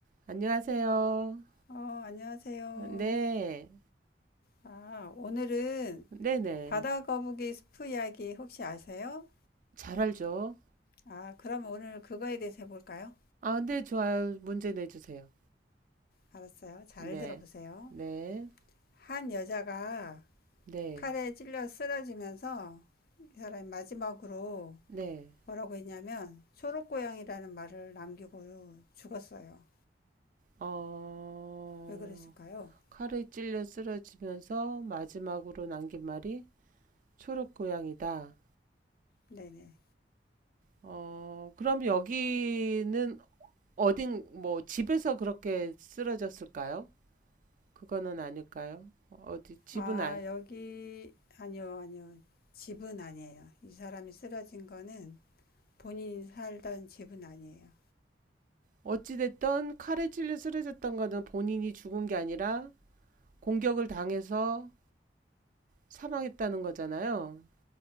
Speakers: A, on the right (about 45°); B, on the left (about 55°).
A: 안녕하세요.
B: 어, 안녕하세요.
A: 네.
B: 아, 오늘은
A: 네네.
B: 바다 거북이 스프 이야기 혹시 아세요?
A: 잘 알죠?
B: 아, 그럼 오늘 그거에 대해서 해볼까요?
A: 아, 네, 좋아요. 문제 내주세요.
B: 알았어요. 잘
A: 네.
B: 들어보세요.
A: 네.
B: 한 여자가
A: 네.
B: 칼에 찔려 쓰러지면서 이 사람이 마지막으로
A: 네.
B: 뭐라고 했냐면 초록고양이라는 말을 남기고 죽었어요.
A: 어,
B: 왜 그랬을까요?
A: 칼에 찔려 쓰러지면서 마지막으로 남긴 말이 초록 고양이다.
B: 네네.
A: 어, 그럼 여기는 어딘, 뭐, 집에서 그렇게 쓰러졌을까요? 그거는 아닐까요? 어, 어디, 집은
B: 아,
A: 아,
B: 여기, 아니요, 아니요. 집은 아니에요. 이 사람이 쓰러진 거는 본인이 살던 집은 아니에요.
A: 어찌됐든 칼에 찔려 쓰러졌던 거는 본인이 죽은 게 아니라 공격을 당해서 사망했다는 거잖아요.